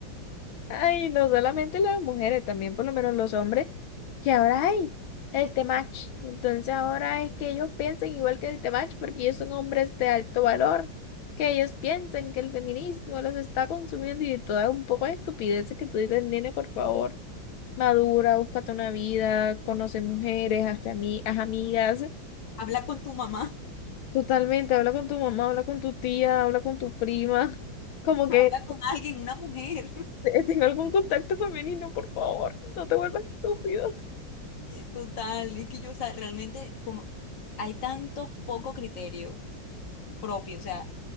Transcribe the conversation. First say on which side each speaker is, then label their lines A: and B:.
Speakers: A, on the left; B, on the left.
A: Ay, no solamente las mujeres, también por lo menos los hombres, que ahora hay el temach. Entonces ahora es que ellos piensan igual que el temach porque ellos son hombres de alto valor, que ellos piensan que el feminismo los está consumiendo y toda un poco de estupideces que tú dices, nene, por favor, madura, búscate una vida, conoce mujeres, hazte ami- haz amigas,
B: Habla con tu mamá,
A: totalmente, habla con tu mamá, habla con tu tía, habla con tu prima. <laughs> Como
B: <laughs>
A: que
B: habla con alguien, una mujer. <laughs>
A: eh, tenga algún contacto femenino, por favor, no te vuelvas estúpido.
B: Total, es que yo, o sea, realmente como hay tanto poco criterio propio, o sea,